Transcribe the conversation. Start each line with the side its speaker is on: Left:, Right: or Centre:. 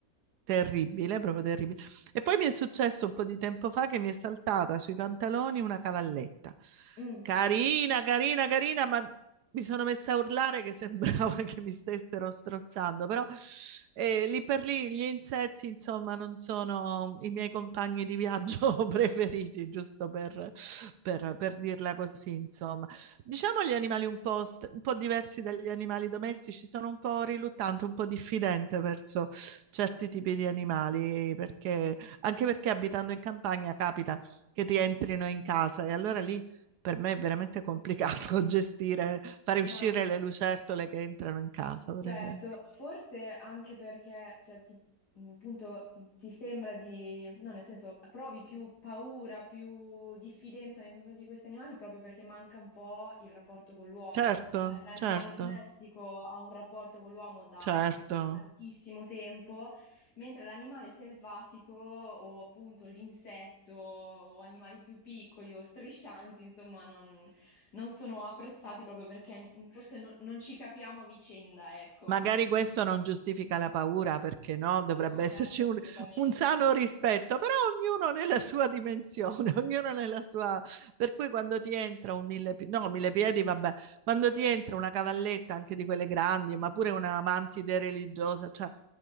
Right: terribile, proprio terribile. E poi mi è successo un po' di tempo fa che mi è saltata sui pantaloni una cavalletta.
Left: Mm.
Right: carina, carina, carina, ma mi sono messa a urlare che sembrava <laughs> che mi stessero strozzando, però eh, lì per lì gli insetti, insomma, non sono i miei compagni di viaggio <laughs> preferiti, giusto per, per- per dirla così, insomma. Diciamo gli animali un po', st- un po' diversi dagli animali domestici, sono un po' riluttante, un po' diffidente verso certi tipi di animali, perché, anche perché abitando in campagna capita che ti entrino in casa e allora lì per me è veramente complicato <laughs> gestire, fare
Left: Ma
Right: uscire le lucertole che entrano in casa,
Left: Certo,
Right: per esempio.
Left: forse anche perché, cioè, ti, mh, appunto, mh, ti sembra di, no, nel senso, provi più paura, più diffidenza nei confronti di questi animali proprio perché manca un po' il rapporto con l'uomo.
Right: Certo,
Left: Cioè, la- l'animale
Right: certo,
Left: domestico ha un rapporto con l'uomo da
Right: certo.
Left: tantissimo tempo, mentre l'animale selvatico o appunto l'insetto o animali più piccoli o striscianti, insomma, non non sono apprezzati proprio perché n- forse non non ci capiamo a vicenda, ecco.
Right: Magari
Left: <laughs>
Right: questo non giustifica la paura, perché no, dovrebbe
Left: No, certo,
Right: esserci
Left: assolutamente.
Right: un, un sano rispetto, però ognuno nella sua dimensione, <laughs> ognuno
Left: <laughs>
Right: nella sua... Per cui quando ti entra un mille piedi, no, mille piedi, vabbè, quando ti entra una cavalletta anche di quelle grandi, ma pure una mantide religiosa, cioè